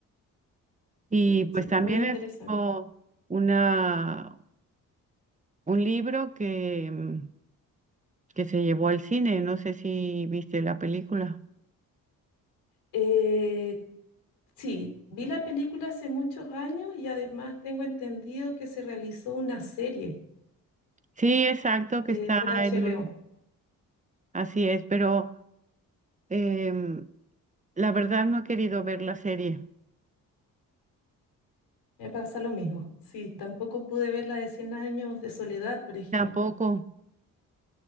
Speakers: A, on the right; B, on the left.
A: Y
B: sí,
A: pues
B: sí,
A: también
B: muy interesante.
A: es una, un libro que, em, que se llevó al cine, no sé si viste la película.
B: Eh, sí, vi la película hace muchos años y además tengo entendido que se realizó una serie
A: Sí, exacto, que
B: eh,
A: está
B: por HBO.
A: en un... Así es, pero... em, La verdad no he querido ver la serie,
B: Me pasa lo mismo. Sí, tampoco pude ver la de Cien años de soledad, por ejemplo.
A: tampoco,